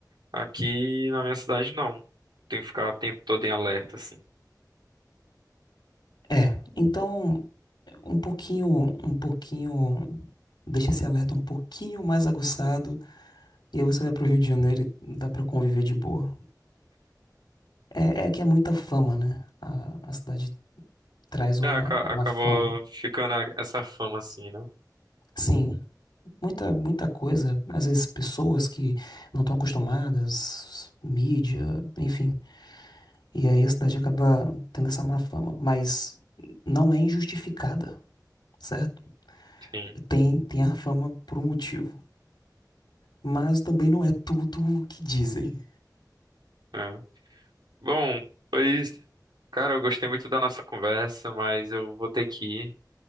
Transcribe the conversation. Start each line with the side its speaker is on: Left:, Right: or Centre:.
Right: Aqui na minha cidade não. Tem que ficar o tempo todo em alerta, assim.
Left: É. Então, um pouquinho, um pouquinho, deixa esse alerta um pouquinho mais aguçado, e aí você vai pro Rio de Janeiro e dá pra conviver de boa. É, é que é muita fama, né? A, a cidade traz
Right: É,
Left: uma,
Right: aca- acabou
Left: uma fama.
Right: ficando a- essa fama, assim, né?
Left: Sim, muita, muita coisa, às vezes pessoas que não estão acostumadas, mídia, enfim. E aí a cidade acaba tendo essa má fama, mas não é injustificada, certo?
Right: Sim.
Left: Tem, tem a fama por um motivo, mas também não é tudo o que dizem.
Right: É. Bom, pois, cara, eu gostei muito da nossa conversa, mas eu vou ter que ir.